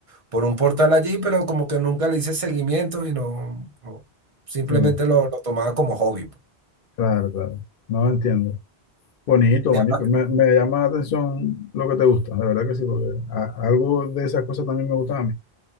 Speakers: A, on the right (about 40°); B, on the left (about 60°).
A: por un portal allí, pero como que nunca le hice seguimiento y no, no, simplemente
B: sí,
A: lo, lo tomaba como hobby. pues.
B: claro, claro. No entiendo. Bonito,
A: Me
B: bonito.
A: ha-
B: Me, me llama la atención lo que te gusta, de verdad que sí, porque a- algo de esas cosas también me gustan a mí.